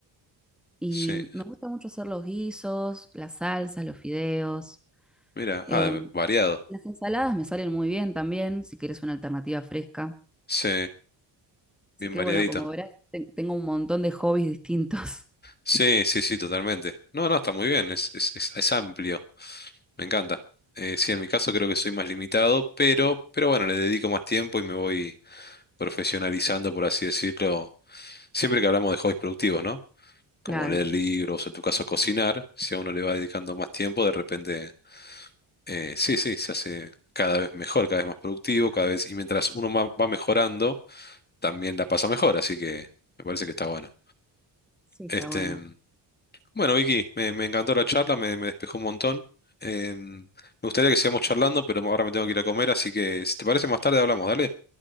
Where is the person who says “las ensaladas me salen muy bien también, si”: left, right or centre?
Centre